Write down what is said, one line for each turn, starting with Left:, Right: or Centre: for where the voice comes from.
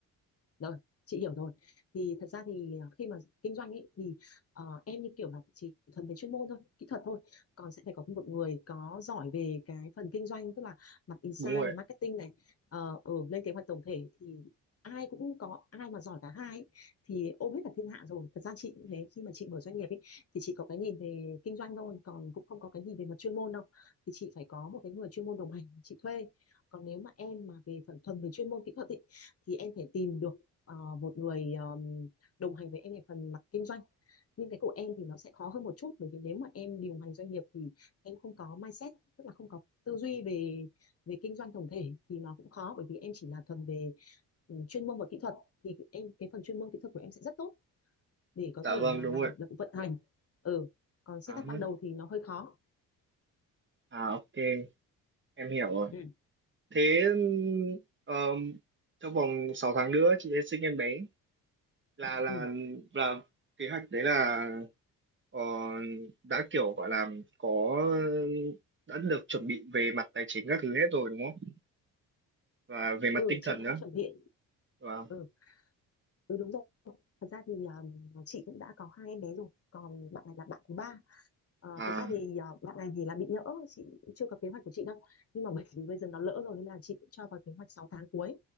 Left: Rồi, chị hiểu rồi. Thì thật ra thì ờ, khi mà kinh doanh ấy thì ờ, em như kiểu là chỉ thuần về chuyên môn thôi, kỹ thuật thôi. Còn sẽ phải có một người có giỏi về cái phần kinh doanh tức là mặt insight
Right: đúng rồi
Left: về marketing này, ở lên kế hoạch tổng thể thì ai cũng có ai mà giỏi cả hai ấy, thì ôm hết cả thiên hạ rồi. Thật ra chị cũng thế, khi mà chị mở doanh nghiệp ấy thì chị có cái nhìn về kinh doanh thôi, còn cũng không có cái nhìn về mặt chuyên môn đâu. Thì chị phải có một cái người chuyên môn đồng hành chị thuê. Còn nếu mà em mà về phần thuần về chuyên môn kỹ thuật ấy, thì em phải tìm được ờ, một người ờm, đồng hành với em về phần mặt kinh doanh nhưng cái của em thì nó sẽ khó hơn một chút bởi vì nếu mà em điều hành doanh nghiệp thì em không có mindset tức là không có tư duy về về kinh doanh tổng thể thì nó cũng khó bởi vì em chỉ là thuần về ừ, chuyên môn và kỹ thuật thì em cái phần chuyên môn kỹ thuật của em sẽ rất tốt để có
Right: dạ
Left: thể
Right: vâng
Left: mà
Right: đúng
Left: làm
Right: rồi
Left: được vận hành ừ còn setup
Right: à, hả.
Left: ban đầu thì nó hơi khó
Right: à ok em hiểu rồi
Left: ừ
Right: thế um, trong vòng 6 tháng nữa chị sẽ sinh em bé là là
Left: ừ
Right: là kế hoạch đấy là ờ, đã kiểu gọi là có đã được chuẩn bị về mặt tài chính các thứ hết rồi đúng không và về mặt
Left: ừ
Right: tinh
Left: chị
Right: thần
Left: đã
Right: nữa
Left: chuẩn bị
Right: và
Left: ừ, ừ đúng rồi thật ra thì um, chị cũng đã có hai em bé rồi còn bạn này là bạn thứ ba Ờ,
Right: à
Left: thật ra thì ờ, bạn này thì là bị nhỡ chị cũng chưa có kế hoạch của chị đâu nhưng mà bởi vì bây giờ nó lỡ rồi nên là chị cũng cho vào kế hoạch 6 tháng cuối